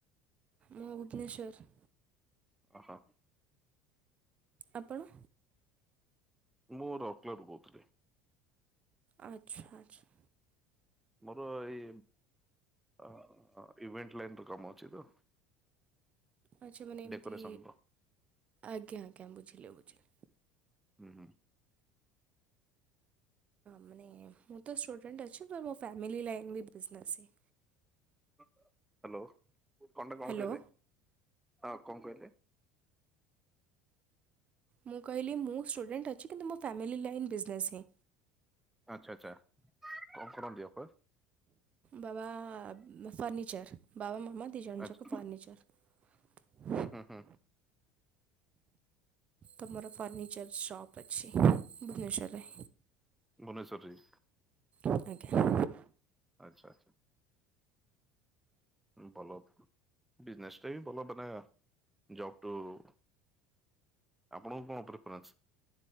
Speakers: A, on the right; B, in the centre.
A: ମାୋ ଭୁବ୍ନେଶ୍ୱର।
B: ଏଟା
A: ଆପଣ?
B: ମୁଁ ରଅର୍କେଲାରୁ କହୁଥିଲି।
A: ଆଚ୍ଛା ଆଚ୍ଛା।
B: ମୋର ଏଇ ଅ ଇଭେଣ୍ଟ ଲାଇନର କାମ ଅଛି ତ।
A: ଆଚ୍ଛା ମାନେ ଏମିତି,
B: ଡେକୋରେସନ ର
A: ଆଜ୍ଞା ଆଜ୍ଞା ବୁଝିଲି ବୁଝିଲି।
B: ହୁଁ ହୁଁ।
A: ମାନେ ମୁଁ ତ ଷ୍ଟୁଡେଣ୍ଟ ଅଛି, ତ ମୋ ଫ୍ୟାମିଲି ଲାଇନ୍ ବି ବିଜନେସ୍ ହିଁ।
B: ହାଲୋ କଣଟା କଣ
A: ହ୍ୟାଲୋ
B: କହିଲେ, ହଁ କଣ କହିଲେ?
A: ମୁଁ କହିଲି ମୁଁ ଷ୍ଟୁଡେଣ୍ଟ ଅଛି, କିନ୍ତୁ ମୋ ଫ୍ୟାମିଲି ଲାଇନ୍ ବିଜନେସ୍ ହିଁ।
B: ଆଚ୍ଛା ଆଚ୍ଛା କଣ କରନ୍ତି ବାପା?
A: ବାବା ଫର୍ନିଚର ବାବା ମ ମା ଦି ଜଣ
B: ଆଚ୍ଛା
A: ଯାକ ଫର୍ନିଚର।
B: ହୁଁ ହୁଁ ହୁଁ
A: ତ ମର ଫର୍ନିଚର ଶୋପ ଅଛି ଭୁବନେଶ୍ୱରରେ।
B: ଭବନେସର୍ ଠି?
A: ଆଜ୍ଞା।
B: ଆଚ୍ଛା ଆଚ୍ଛା। ଭଲ ବିଜନସଟା ହିଁ ଭଲ ମାନେ ଜବଠୁ ଆପଣଙ୍କୁ କଣ ପ୍ରିଫରେନ୍ସ?